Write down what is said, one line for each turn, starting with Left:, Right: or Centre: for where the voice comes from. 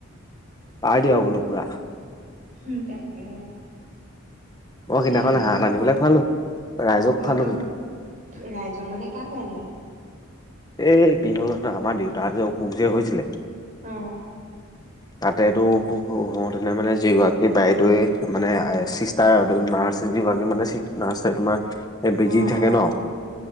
Left: পাৰ্টী আৰু বোলো পুৰা।
Right: হুম, তাকে।
Left: মই সিদিনাখন
Right: সেই নহয়
Left: হাঁহ আনি পেলাই খোৱালো ৰাইজক
Right: অ
Left: খোৱালোহি
Right: ত ৰাইজক মানে। খোৱালি।
Left: এই কিহলৰ আমাৰ দেউতা যে অসুখ যে হৈছিলে।
Right: অহ,
Left: তাতেটো হোতেনে মানে যিগৰাকী বাইদটৱে মানে চিষ্টাৰ। নাৰ্চ যৰাকী মানে নাৰ্চ তোমাৰ বিজি
Right: অ',
Left: থাকে
Right: অ'।
Left: ন।